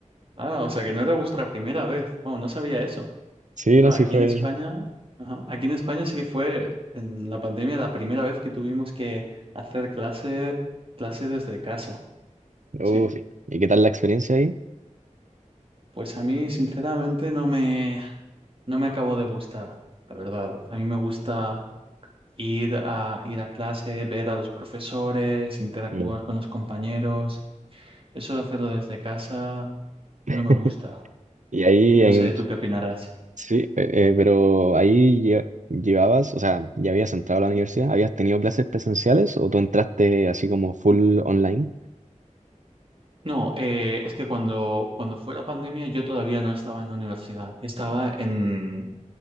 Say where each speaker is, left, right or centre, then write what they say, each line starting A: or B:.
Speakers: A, on the right; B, on the right.
A: Ah, o sea que no era vuestra primera vez. Wow, no sabía eso.
B: Sí,
A: Claro,
B: no, sí
A: Aquí
B: fue.
A: en España, ajá, Aquí en España sí que fue en la pandemia la primera vez que tuvimos que hacer clase, clase desde casa.
B: Uf,
A: Sí,
B: ¿y qué tal la experiencia ahí?
A: pues a mí sinceramente no me, no me acabó de gustar, la verdad. A mí me gusta ir a, ir a clase, ver a los profesores, interactuar
B: Mm.
A: con los compañeros. Eso de hacerlo desde casa
B: <laughs>
A: no me gusta.
B: Y ahí,
A: No
B: ahí-
A: sé, ¿tú qué opinarás?
B: sí, eh, eh, pero ahí lle- llevabas, o sea, ya habías entrado a la universidad, ¿habías tenido clases presenciales o tú entraste así como full online?
A: No, eh, es que cuando, cuando fue la pandemia yo todavía no estaba en la universidad, estaba en,